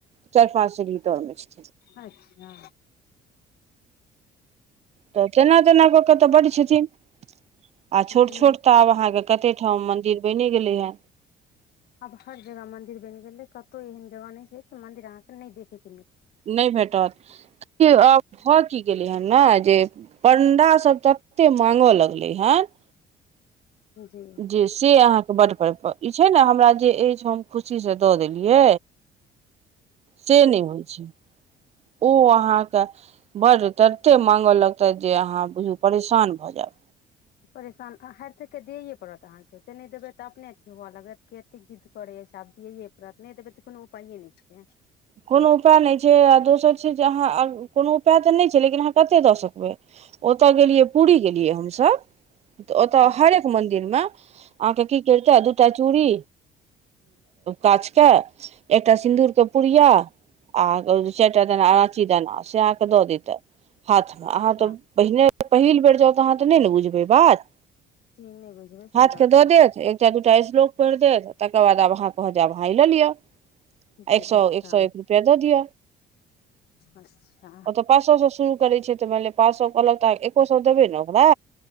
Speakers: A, on the right (about 40°); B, on the left (about 70°).
A: चारि पाँच सीढी तर मे छथिन
B: अच्छा
A: तऽ तेना तेना कऽ के तऽ बड्ड छथिन आ
B: जी
A: छोट छोट तऽ आब अहाँके कत्ते ठाम मन्दिर बनि गेलैयै
B: आब हर जगह मंदिर बनि गेलै कतहु एहन जगह नहि छै कि मंदिर अहाँ के नहि देखैके
A: नहि भेटत देखियौ आब भऽ की गेलै हन ने जे पण्डासभ तते मांगय लगलै हन
B: जी
A: जे से अहाँके बड्ड परिकल ई छै ने हमरा जे अछि हम खुशी से दऽ देलियै से नहि होइ छै ओ अहाँके बड्ड तते मांगय लगतैथ जे अहाँ बुझू परेशान भऽ जायब
B: परेशान हाथ के दियैए पड़त अहाँके ओते नहि देबै तऽ अपने अथी हुअ लागत क एतेक जिद्द करैये आब दियैये पड़त नहि देबै तऽ कोनो उपाइए नहि छै
A: कोनो उपाय नहि छै आ दोसर छै जे अहाँ कोनो उपाय तऽ नहि छै लेकिन अहाँ कतेक दऽ सकबै ओतय गेलियै पूरी गेलियै हमसभ तऽ ओतय
B: अच्छा
A: हरेक मन्दिरमे अहाँके की करिते दू टा चूड़ी काँच के एकटा सिन्दूर के पूर या आ चारिटा दाना अराची दाना से अहाँ के दऽ देते हाथमे अहाँ
B: अच्छा
A: तऽ पहिने पहिल बेर जाउ तऽ अहाँ तऽ नहि ने बुझबै बात
B: जी नहि बुझबै
A: हाथ
B: सही बात
A: के दऽ
B: छै
A: देत एकटा दुटा <unintelligible> लोक पढ़ि देत तकर बाद आब अहाँ कहत जे अहाँ ई लऽ लिअ <unintelligible>
B: जी
A: एक सौ
B: अच्छा
A: एक सौ एक रुपया दऽ दिय
B: अच्छा
A: ओ तऽ पाँच सौ से शुरु करै छिय तऽ मानि लिय पाँच सौ कहलक तऽ अहाँ एको सौ देबै ने ओकरा